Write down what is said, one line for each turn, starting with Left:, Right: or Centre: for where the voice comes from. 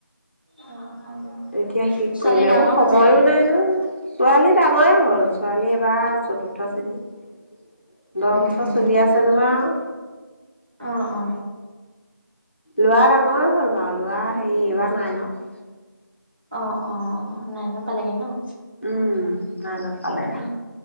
Right: অ' অ
Left: এতিয়া শেষ
Right: ছোৱালী
Left: কৰিলো। এইবোৰ
Right: ডাঙৰ
Left: সময়ো
Right: হ'ল চাগে?
Left: নাই নহয় ছোৱালী ডাঙৰে হ'ল। ছোৱালী এবাৰ চতুৰ্থ শ্ৰেণীত। দহ
Right: উম
Left: বছৰ
Right: উম।
Left: চলি আছে নহয় আও।
Right: অ', অ,
Left: ল'ৰা ডাঙৰে হ'ল বাৰু ল'ৰা হেৰি এইবাৰ নাইনত।
Right: অ', অ, নাইনত পালেহি ন'।
Left: উম নাইনট পালেগে।
Right: অ'।